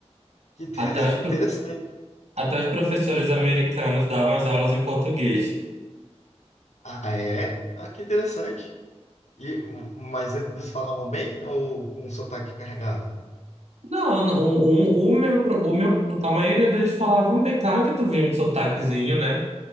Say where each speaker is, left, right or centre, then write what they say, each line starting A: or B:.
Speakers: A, on the left; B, on the right.
A: Que inter-
B: Até os,
A: interessante.
B: pro- até os professores americanos davam as aulas em português.
A: Ah, é? Ah, que interessante. E mas eles falavam bem ou com um sotaque carregado?
B: Não, o, o, o meu, pro- o meu, a maioria deles falavam bem. Claro que tu via um sotaquezinho, né?